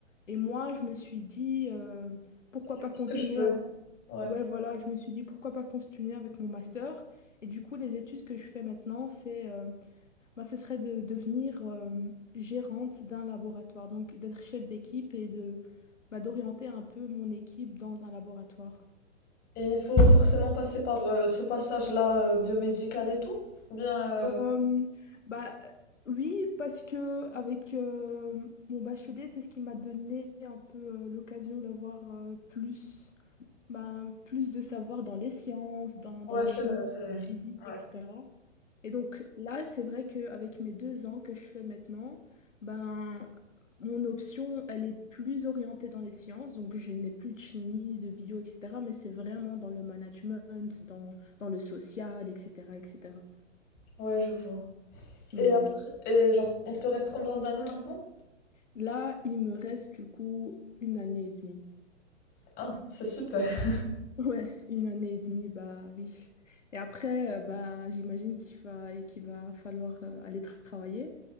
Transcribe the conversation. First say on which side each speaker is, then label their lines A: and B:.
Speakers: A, on the left (about 75°); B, on the left (about 25°).
A: Et moi, je me suis dit, euh, pourquoi
B: C'est
A: pas
B: ce
A: continuer
B: que je veux.
A: avec...
B: Ouais.
A: Ouais, voilà, je me suis dit, pourquoi pas continuer avec mon master. Et du coup, les études que je fais maintenant, c'est... euh, bah, ce serait de devenir euh, gérante d'un laboratoire, donc d'être chef d'équipe et de bah, d'orienter un peu mon équipe dans un laboratoire.
B: Et il faut forcément passer par euh, ce passage-là euh, biomédical et tout? Ou bien... euh,
A: Euh, bah, oui, parce que avec euh, mon bachelier, c'est ce qui m'a donné un peu euh, l'occasion d'avoir euh, plus, bah, plus de savoir dans les sciences, dans,
B: Ouais,
A: dans la
B: c'est
A: chimie,
B: vrai, c'est vrai.
A: la physique,
B: Ouais.
A: etc. Et donc là, c'est vrai qu'avec mes deux ans que je fais maintenant, ben, mon option, elle est plus orientée dans les sciences. Donc je n'ai plus de chimie, de bio, etc. Mais c'est vraiment dans le management, dans, dans le social, etc., etc.
B: Ouais, je vois.
A: Ouais.
B: Et après, et genre, il te reste combien d'années maintenant?
A: Là, il me reste du coup une année et demie.
B: Ah, c'est super. <laughs>
A: Ouais, une année et demie, bah oui. Et après, euh, bah j'imagine qu'il va, qu'il va falloir euh, aller tra- travailler.